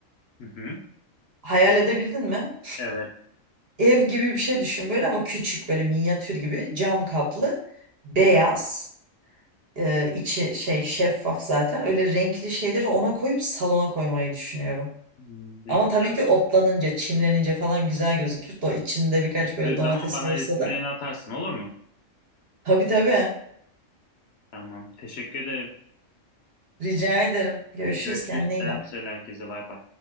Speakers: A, on the left (about 60°); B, on the right (about 50°).
A: Hı hı.
B: Hayal edebildin mi?
A: Evet.
B: Ev gibi bir şey düşün böyle ama küçük böyle minyatür gibi cam kaplı beyaz. e, içi şey şeffaf zaten. Öyle renkli şeyleri ona koyup salona koymayı düşünüyorum.
A: Hmm, Ne
B: Ama
A: güzel.
B: tabii ki otlanınca, çimlenince falan güzel gözükür. Da içinde birkaç
A: Çıktığı
B: böyle domates
A: zaman bana
B: olursa
A: resimlerini
B: da.
A: atarsın olur mu?
B: Tabii tabii.
A: Tamam. Teşekkür ederim.
B: Rica ederim. Görüşürüz.
A: Hadi görüşürüz.
B: Kendine
A: Selam
B: iyi bak.
A: söyle herkese. Bay bay.